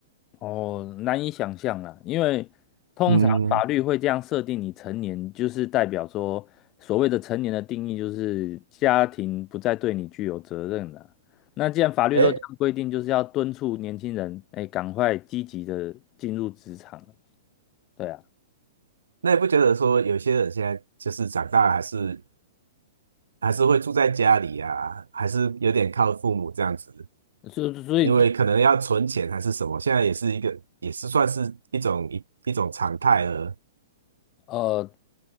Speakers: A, on the left; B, on the right.
A: 哦，难以想象啦，因为通常法律会这样设定你成年，
B: 嗯，
A: 就是代表说所谓的成年的定义就是家庭不再对你具有责任了。那既然法律都这样规定，
B: 哎，
A: 就是要敦促年轻人，哎，赶快积极的进入职场。对啊，
B: 那也不觉得说有些人现在就是长大还是还是会住在家里啊，还是有点靠父母这样子，
A: 所以所以
B: 因为可能要存钱还是什么，现在也是一个也是算是一种一一种常态了。
A: 呃，